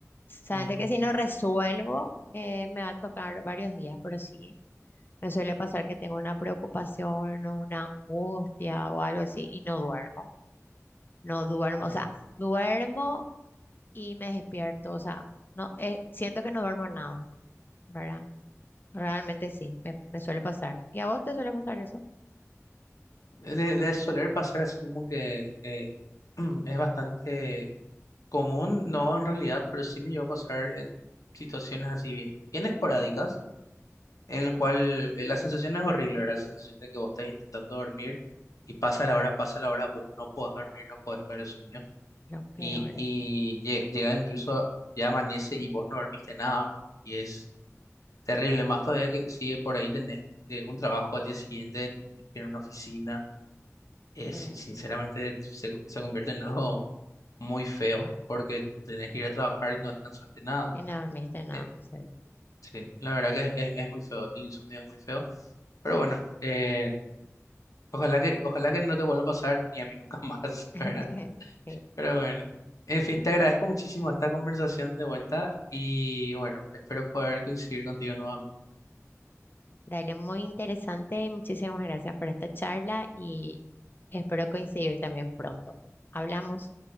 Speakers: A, on the left; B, on the left.
A: Saben
B: Ujú,
A: que si no resuelvo, eh, me va a tocar varios días, pero sí, me suele pasar que tengo una preocupación o una angustia o algo así y no duermo, no duermo,
B: Ajá.
A: o sea, duermo y me despierto, o sea, no, eh, siento que no duermo nada, ¿verdad? Realmente sí, me, me suele pasar. ¿Y a vos te suele pasar eso?
B: De, de soler pasar así como que eh, <clears throat> es bastante común, no en realidad, pero sí me llegó a pasar en situaciones así bien, bien esporádicas, en el cual eh, la sensación no es horrible, ¿verdad? La sensación de que vos estás intentando dormir y pasa la hora, pasa la hora, vos no podés dormir, no podés ver el sueño
A: Lo peor,
B: y, y lle- llega incluso, ya amanece y vos no dormiste nada, ¿verdad? Y es Terrible, más todavía que sigue por ahí tenés eh, un trabajo al día siguiente, tenés que ir a una oficina. Es,
A: eh,
B: sinceramente se, se convierte en algo muy feo porque tenés que ir a trabajar y no descansaste nada.
A: y no dormiste nada,
B: Eh,
A: sí.
B: sí, la verdad que es, es muy feo, el insomnio es muy feo. Pero bueno, eh, ojalá que, ojalá que no te vuelva a pasar ni a mí nunca <laughs> más,
A: <laughs>
B: ¿verdad? Pero bueno, en fin,
A: Sí,
B: te agradezco muchísimo esta conversación de vuelta y bueno, espero poder coincidir contigo nuevamente.
A: Dale, muy interesante. Muchísimas gracias por esta charla y espero coincidir también pronto. Hablamos.